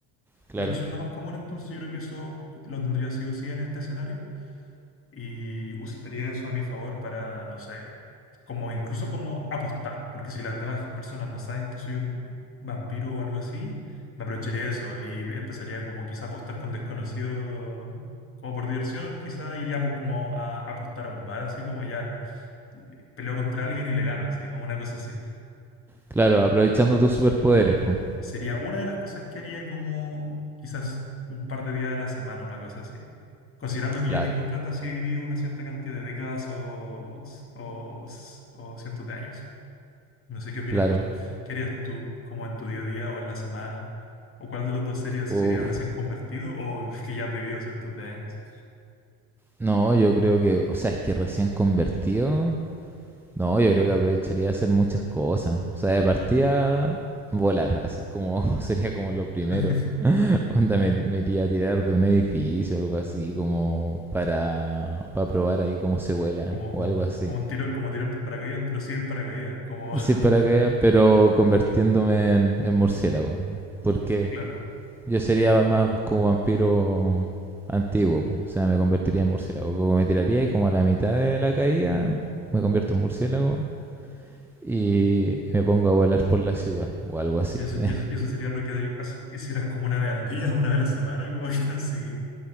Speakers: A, in the centre; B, on the left.
A: Claro,
B: creo que eso es lo más común, entonces yo creo que eso lo tendría sí o sí en este escenario. y usaría eso a mi favor para, no sé, como incluso como apostar, porque si las demás personas no saben que soy un vampiro o algo así, me aprovecharía de eso y empezaría como quizá a apostar con desconocidos, como por diversión, quizá iría po- como a apostar a un bar, así como ya peleo contra alguien y le gano, así como una cosa así.
A: claro, aprovechando tus superpoderes, po,
B: Sería una de las cosas que haría como quizás un par de días a la semana, una cosa así. Considerando que
A: Claro,
B: ya tengo plata si viví una cierta cantidad de décadas o, o, o cientos de años. No sé qué opinas
A: claro.
B: tú. ¿Qué harías tú, como en tu día a día o en la semana? ¿O cuál de los dos sería? ¿Si
A: Uf,
B: sería recién convertido o <laughs> que ya has vivido cientos de años?
A: no, yo creo que, o sea, es que recién convertido, no, yo creo que aprovecharía de hacer muchas cosas, o sea, de partida volar, así como <laughs> sería como lo primero.
B: <laughs>
A: Onda, me, me iría a tirar de un edificio o algo así, como para, para probar ahí cómo se vuela
B: Como,
A: o algo así.
B: como, un tiro, como tirarte en paracaídas, pero sí en paracaídas. Como,
A: Sin paracaídas,
B: <laughs>
A: pero convirtiéndome en, en murciélago. Porque
B: claro.
A: yo sería más como vampiro antiguo, po. o sea, me convertiría en murciélago. Como me tiraría y como a la mitad de la caída me convierto en murciélago y, y me pongo a volar por la ciudad o algo así.
B: Y eso,
A: <laughs>
B: y eso, y eso sería lo que así- hicieras como una vez al día, <laughs> una vez a la semana, como que tan seguido.